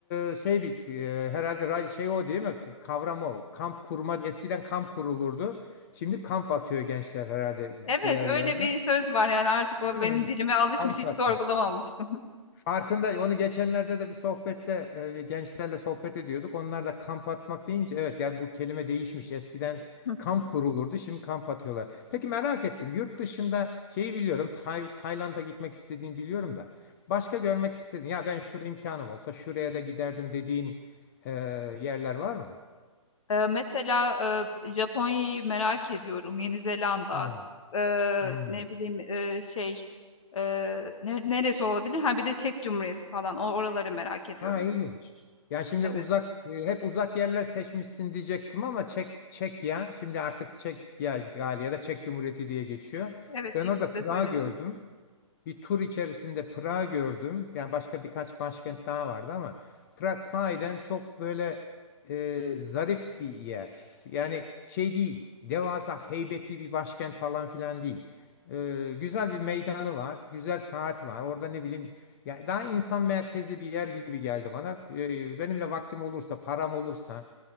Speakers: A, on the left (about 40°); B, on the left (about 65°).
A: e, şey bir e, herhalde ra- şey o değil mi? Kavram o. Kamp kurma eskiden kamp kurulurdu. Şimdi kamp atıyor gençler herhalde
B: Evet
A: bir yerlerde.
B: öyle bir söz var yani artık o
A: Öyle,
B: benim dilime alışmış
A: Kamp
B: hiç
A: atma.
B: sorgulamamıştım.
A: Farkında onu geçenlerde de bir sohbette e, gençlerle sohbet ediyorduk. Onlar da kamp atmak deyince evet yani bu kelime değişmiş. Eskiden
B: <laughs>
A: kamp kurulurdu şimdi kamp atıyorlar. Peki merak ettim yurt dışında şeyi biliyorum Tay- Tayland'a gitmek istediğini biliyorum da başka görmek istediğin ya ben şurada imkanım olsa şuraya da giderdim dediğin e, yerler var mı?
B: Ee, mesela e, Japonya'yı merak ediyorum. Yeni Zelanda.
A: Hmm,
B: Ee,
A: hmm.
B: ne bileyim e, şey e, ne- neresi olabilir? Ha bir de Çek Cumhuriyeti falan. O oraları merak ediyorum.
A: Ha ilginç. Ya şimdi
B: Evet.
A: uzak e, hep uzak yerler seçmişsin diyecektim ama Çek Çek ya. şimdi artık Çekya ya ya da Çek Cumhuriyeti diye geçiyor.
B: Evet
A: Ben
B: ikisi
A: orada
B: de
A: Prag'ı
B: söyleniyor.
A: gördüm bir tur içerisinde Prag'ı gördüm. Yani başka birkaç başkent daha vardı ama Prag sahiden çok böyle e, zarif bir yer. Yani şey değil, devasa heybetli bir başkent falan filan değil. E, güzel bir meydanı var, güzel saat var. Orada ne bileyim, yani daha insan merkezi bir yer gibi geldi bana. E, benimle vaktim olursa, param olursa.